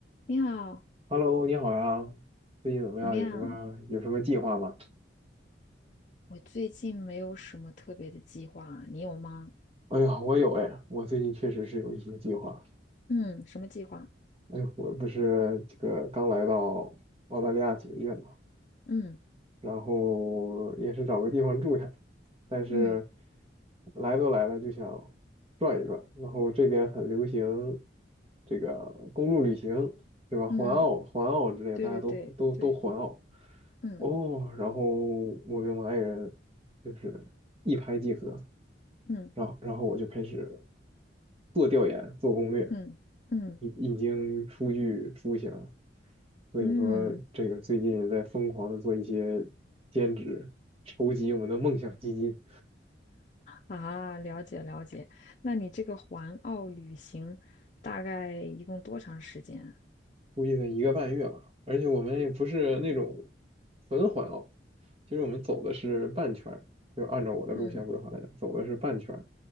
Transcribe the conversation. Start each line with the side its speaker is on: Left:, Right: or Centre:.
Left: 你好，
Right: Hello，你好呀，最近怎么样？
Left: 怎么样？
Right: 有什么有什么计划吗？
Left: 我最近没有什么特别的计划啊，你有吗？
Right: 哎呀，我有哎，我最近确实是有一些计划。
Left: 嗯，什么计划？
Right: 哎呦，我不是这个刚来到澳大利亚几个月嘛，
Left: 嗯
Right: 然后也是找个地方住下，但是
Left: 嗯
Right: 来都来了就想转一转。然后这边很流行这个公路旅行，对吧？环澳、
Left: 嗯嗯，
Right: 环澳之类的，
Left: 对对对对，
Right: 大家都都都环澳
Left: 嗯
Right: 哦。然后我跟我爱人就是一拍即合。
Left: 嗯
Right: 然后然后我就开始做调研、做攻略，
Left: 嗯嗯
Right: 已已经初具雏形了所以说，
Left: 嗯
Right: 这个最近也在疯狂的做一些兼职，筹集我们的梦想基金，
Left: 啊，了解了解。那你这个环澳旅行大概一共多长时间啊
Right: 估计得一个半月吧。而且我们也不是那种纯环哦，其实我们走的是半圈儿，就按照我的路线规划来讲，
Left: 嗯
Right: 走的是半圈。